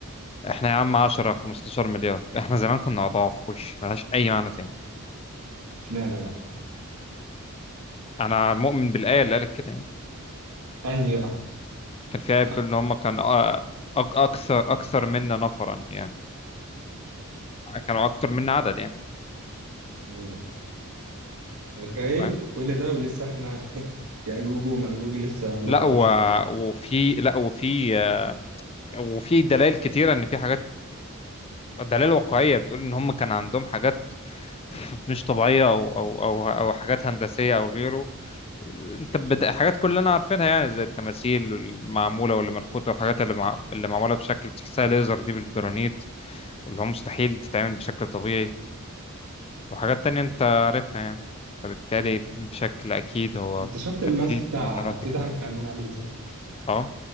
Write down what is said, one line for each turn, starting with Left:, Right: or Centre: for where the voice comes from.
Left: احنا يا عم 10 15 مليار احنا زمان كنا اضعاف وش ملهاش اي معنى تاني
Right: اشمعنى بقى
Left: انا مؤمن بالايه اللي قالت كده يعني
Right: انهي بقى
Left: كان في ايه بتقول
Right: لا
Left: ان هم كان أ- أك- اكثر اكثر منا نفرا يعني كانوا اكتر منا عدد يعني
Right: مم. متخيل
Left: انت فاهم
Right: كل ده ولسه احنا <laughs> ياجوج وماجوج لسه ما
Left: لا
Right: نعرفش
Left: و...
Right: عدد
Left: وفي لا وفي وفي دلائل كتيره ان في حاجات دلائل واقعيه بتقول ان هم كان عندهم حاجات <laughs> مش طبيعيه او او او او حاجات هندسيه او غيره انت بت... حاجات كلنا عارفينها يعني زي التماثيل المعموله واللي منحوته والحاجات اللي مع... اللي معموله بشكل تحسها ليزر دي بالجرانيت واللي هو مستحيل تتعمل بشكل طبيعي وحاجات تانية انت عارفها يعني فبالتالي
Right: مم.
Left: بشكل اكيد هو
Right: انت شفت
Left: كان
Right: الماسك
Left: في
Right: بتاع
Left: نوع من انواع التكنولوجيا
Right: توت عنخ امون عامل ازاي
Left: اه